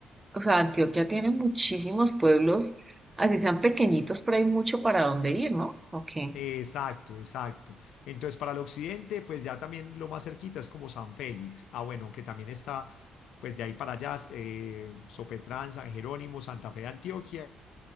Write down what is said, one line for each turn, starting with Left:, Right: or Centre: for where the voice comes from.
Right: o sea, Antioquia tiene muchísimos pueblos, así sean pequeñitos, pero hay mucho para dónde ir, ¿no? Ok.
Left: Exacto, exacto. Entonces, para el occidente, pues ya también lo más cerquita es como San Félix. Ah, bueno, que también está, pues de ahí para allá, eh, Sopetrán, San Jerónimo, Santa Fe de Antioquia,